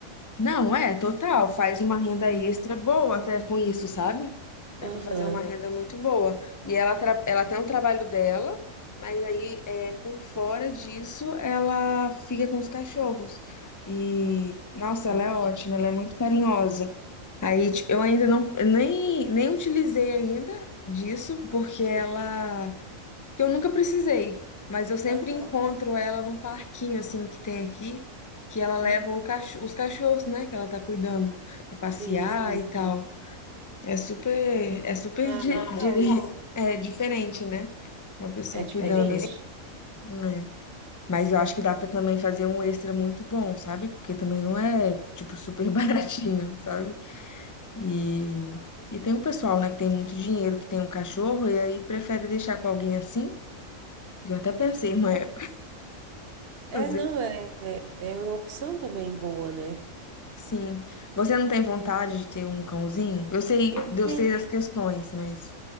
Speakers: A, on the left; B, on the right.
A: Não, é, total. Faz uma renda extra boa até com isso, sabe? Dá
B: Aham.
A: pra fazer uma É. renda muito boa. E ela, tra- ela tem um trabalho dela, mas aí é, por fora disso ela fica com os cachorros. E,
B: Ah,
A: nossa,
B: legal.
A: ela é ótima, ela é muito carinhosa. Aí, tipo, eu ainda não, nem, nem utilizei ainda disso, porque
B: Sim.
A: ela porque eu nunca precisei, mas eu sempre
B: Aham.
A: encontro ela num parquinho assim que tem aqui, que ela leva
B: Hum.
A: o cacho- os cachorros, né, que ela tá cuidando pra passear
B: Sim, sim.
A: e tal. É super, é super
B: Ah,
A: di-
B: legal
A: dire-
B: isso.
A: é diferente, né? Uma pessoa
B: É diferente?
A: É cuidando assim, diferente. né? Mas eu acho que dá pra também fazer um extra muito bom, sabe? Porque também não é tipo super <laughs> baratinho, sabe? E E tem um pessoal, né, que tem muito dinheiro, que tem um cachorro e aí prefere deixar com alguém assim. Eu até pensei uma época.
B: É. É,
A: fazer
B: não, é, é é uma opção também boa, né?
A: Sim. Você não tem vontade de ter um cãozinho? Eu sei,
B: Eu
A: eu
B: tenho,
A: sei das questões, mas.